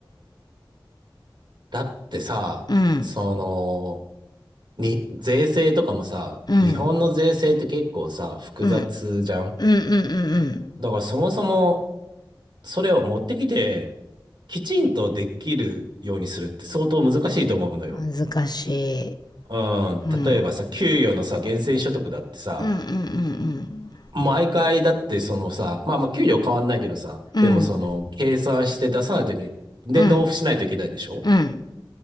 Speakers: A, on the right; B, on the left.
A: だってさ、
B: うん
A: その、に、税制とかもさ、
B: うん
A: 日本の税制って結構さ、複雑じゃん。
B: うんうんうんうん
A: だからそもそも、それを持ってきて、きちんとできるようにするって相当難しいと思うのよ。
B: うん難しい
A: うん、
B: うん
A: 例えばさ、給与のさ、源泉所得だってさ、
B: うんうん
A: 毎回だってそのさ、まあまあ給料変わんないけどさ、
B: うんうんうん
A: でもその、計算して出さないといけ、で、
B: うん
A: 納付しないといけないでしょ
B: うん